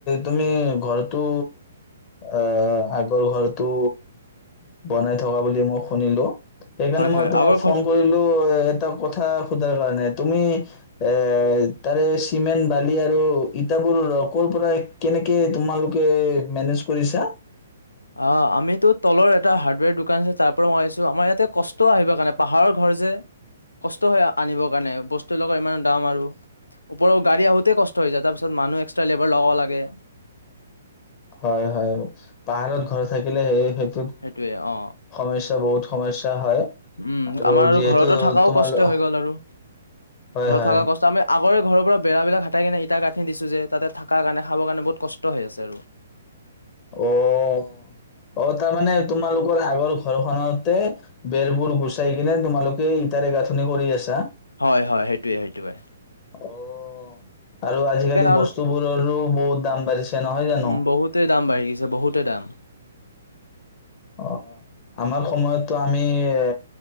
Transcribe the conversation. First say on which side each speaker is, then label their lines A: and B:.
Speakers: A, on the left; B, on the left.
A: তুমি ঘৰটো আহ আগৰ ঘৰটো বনাই থকা বুলি মই শুনিলো। সেইকাৰণে
B: হয়
A: মই
B: হয়
A: তোমাক
B: আগৰ
A: ফোন
B: ঘৰ
A: কৰিলো এ এটা কথা সোধাৰ কাৰণে তুমি এ তাৰে চিমেণ্ট বালি আৰু ইটাবোৰ ক' পৰা কেনেকে তোমালোকে মেনেজ কৰিছ
B: অঁ আমিতো তলৰ এটা হাৰ্ডৱেৰ দোকান আছে তাৰ পৰা মই আহিছোঁ আমাৰ ইয়াতে কষ্ট আহিবৰ কাৰণে পাহাৰৰ ঘৰ যে কষ্ট হৈ আনিবৰ কাৰণে বস্তু লগৰ ইমান দাম আৰু ওপৰও গাড়ী আহোঁতে কষ্ট হৈ যায় তাৰপিছত মানুহ এক্সট্ৰা লেবাৰ লগাব লাগে
A: হয় হয় পাহাৰত ঘৰ থাকিলে সেই
B: সেইটোয়ে অ
A: সমস্যাৰ বহুত সমস্যা হয়
B: উম
A: আৰু
B: আমাৰ
A: যিহেতু
B: ঘৰতো থাকাও
A: তোমালোক
B: কষ্ট হৈ গ'ল আৰু
A: হয়
B: ঘৰত
A: হয়
B: থকা কষ্ট আমি আগৰে ঘৰৰ পৰা বেৰা বিলাক হাতাই কিনে ইটা গাঁঠি দিছো যে তাতে থকাৰ কাৰণে খাবৰ কাৰণে বহুত কষ্ট হৈ আছে আৰু
A: অঁ অঁ তাৰ মানে তোমালোকৰ আগৰ ঘৰ খনতে বেৰবোৰ গুচাই কিনে তোমালোকে ইটাৰে গাঁথনি কৰি আছা
B: হয় হয় সেইটোৱে সেইটোৱে
A: অঁ আৰু আজিকালি
B: আৰু
A: বস্তুবোৰৰো বহুত দাম বাঢ়িছে নহয় জানো
B: উম বহুতে দাম বাঢ়ি গৈছে বহুতে দাম
A: অঁ আমাৰ সময়তটো আমি এ